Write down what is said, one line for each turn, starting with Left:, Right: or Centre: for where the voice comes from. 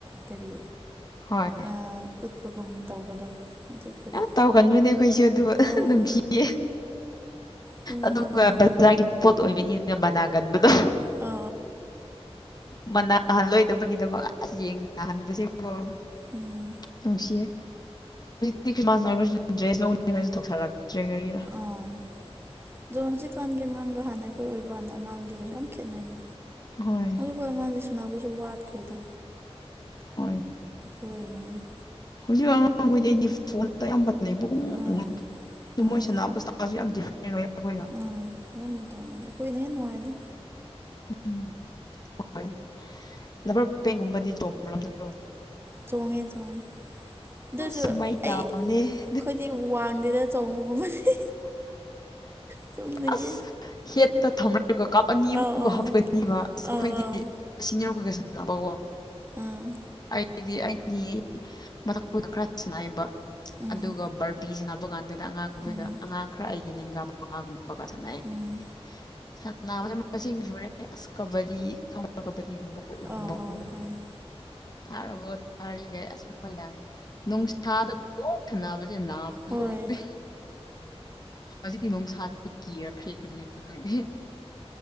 Right: ꯀꯔꯤ
Left: ꯍꯣꯏ
Right: ꯑ ꯎꯠꯄꯒꯨꯝꯕ ꯇꯧꯕꯗꯣ ꯍꯧꯖꯤꯛꯇꯗꯤ
Left: ꯌꯥꯝ ꯇꯧꯒꯟꯕꯨꯅꯦ ꯑꯩꯈꯣꯏꯁꯨꯦ ꯑꯗꯨꯕꯨ
Right: ꯑꯥꯎ
Left: ꯅꯨꯡꯁꯤꯌꯦ
Right: ꯑꯗꯨ ꯃꯇꯝꯗ
Left: ꯑꯗꯨꯒ ꯕꯖꯥꯔꯒꯤ ꯄꯣꯠ ꯑꯣꯏꯕꯅꯤꯅ ꯃꯅꯥꯒꯟꯕꯗꯣ
Right: ꯑ
Left: ꯃꯅꯥꯍꯜꯂꯣꯏꯗꯕꯒꯤꯗꯃꯛ ꯑꯁ ꯌꯦꯡꯅꯅꯥꯍꯟꯕꯁꯦ ꯍꯂ
Right: ꯎꯝ
Left: ꯅꯨꯡꯁꯤ ꯇꯤ ꯈ꯭ꯔꯤꯁꯃꯥꯁ ꯂꯥꯛꯔꯁꯨ ꯗ꯭ꯔꯦꯁ ꯂꯧꯅꯤꯡꯉꯥꯏꯖꯨ ꯊꯧꯁꯥꯔꯛꯇ꯭ꯔꯦ ꯀꯔꯤꯔꯥ
Right: ꯑꯥ ꯑꯗꯣ ꯍꯧꯖꯤꯛꯀꯥꯟꯒꯤ ꯑꯉꯥꯡꯒ ꯍꯥꯟꯅ ꯑꯩꯈꯣꯏ ꯑꯣꯏꯕꯋꯥꯟ ꯑꯉꯥꯡꯒꯤꯒꯖꯨ ꯌꯥꯝ ꯈꯦꯠꯅꯩꯌꯦ
Left: ꯍꯣꯏ
Right: ꯍꯣꯏ ꯑꯉꯥꯡꯁꯦ ꯁꯥꯟꯅꯥꯕꯨꯁꯨ ꯋꯥꯠꯈ꯭ꯔꯦꯗ
Left: ꯍꯣꯏ
Right: ꯍꯣꯏ ꯌ‌ꯦꯟꯒ‌ꯦꯅ‌ꯦ
Left: ꯍꯧꯖꯤꯛ ꯑꯉꯥꯡꯈꯩꯗꯩꯗꯤ ꯐꯣꯟꯗ ꯌꯥꯝ ꯐ <unintelligible> ꯂꯩꯩꯕꯒꯨꯝ
Right: ꯑꯥ
Left: ꯑꯗꯨ
Right: ꯍꯣꯏ
Left: ꯃꯣꯏ ꯁꯥꯟꯅꯕꯁꯁꯨ ꯌꯥꯝ ꯗꯤ <unintelligible> ꯎ <unintelligible>
Right: ꯑꯥ ꯌꯥꯝ ꯇꯣꯉꯥꯟꯜꯂꯦ ꯑꯩꯈꫭꯏꯅ ꯍꯦꯟꯅ ꯅꯨꯡꯉꯥꯏꯗ
Left: ꯎꯝ ꯍꯣꯏ ꯂꯕꯔ ꯄꯦꯡꯒꯨꯝꯕꯗꯤ ꯆꯣꯡꯕꯗꯗ꯭ꯔꯣ
Right: ꯆꯣꯡꯉꯦ ꯆꯣꯡꯉꯦ ꯑꯗꯨꯁꯨ
Left: ꯑꯁ ꯃꯩ ꯇꯥꯕꯅꯦ
Right: ꯑꯩ ꯑꯩꯈꯣꯏꯗꯤ ꯋꯥꯟꯗ‌ꯦꯗ ꯆꯣꯡꯕꯒꯨꯝꯕꯅꯤ ꯆꯨꯝꯅꯒꯤ
Left: ꯑꯁ ꯍꯦꯠꯇ ꯊꯝꯅꯔꯒ ꯀꯥꯞ ꯑꯅꯤ ꯑꯃꯨꯒ
Right: ꯑꯥꯎ ꯑꯥꯎ
Left: ꯍꯥꯞꯀꯅꯤꯕ ꯑꯁ ꯑꯩꯈꯣꯏꯗꯤ
Right: ꯑꯥꯎ ꯑꯥꯎ
Left: ꯁꯤꯅꯤꯌꯔ ꯀꯁ ꯀꯣ <unintelligible>
Right: ꯎꯝ
Left: ꯑꯩꯗꯤ ꯑꯩꯒꯤ ꯃꯊꯛꯇꯗ <unintelligible> ꯈꯔ ꯁꯅꯥꯏꯕ
Right: ꯎꯝ
Left: ꯑꯗꯨꯒ ꯕꯔꯕꯤ ꯁꯅꯕ ꯀꯥꯟꯗ ꯑꯉꯥꯡꯈꯒ
Right: ꯎꯝ
Left: ꯑꯉꯥꯡ ꯈꯔ ꯑꯩꯒꯤ ꯂ‌ꯦꯡꯒ ꯀꯥꯒꯨꯝꯕ ꯕꯀꯥ ꯁꯥꯟꯅꯦ <unintelligible>
Right: ꯎꯝ
Left: ꯁꯟꯅꯥꯕꯁꯤ ꯃꯁꯤꯡ ꯁꯨꯔꯦ ꯑꯁ ꯀꯕꯗꯤ ꯀꯕꯗꯤꯒꯨꯝꯕ ꯎꯒꯨꯝꯕꯨꯝꯕꯗꯣ
Right: ꯑꯥꯎ ꯑꯥꯎ ꯈꯪꯉꯦ
Left: <unintelligible> ꯊꯥꯔꯕꯣ ꯊꯥꯔꯤꯈꯩ <unintelligible> ꯑꯁꯨꯝ ꯑꯣꯏꯅꯇꯥꯔꯦ ꯅꯨꯡꯁꯥꯗ <unintelligible> ꯈꯅꯥꯕꯁꯦ ꯅꯥꯕꯁꯨ
Right: ꯍꯣꯏ
Left: ꯇꯗꯦ ꯍꯧꯖꯤꯛꯇꯤ ꯅꯨꯡꯁꯥꯁꯤ ꯀꯤꯔꯛꯈ꯭ꯔꯦ ꯀꯔꯤꯅ ꯈꯪꯗꯦ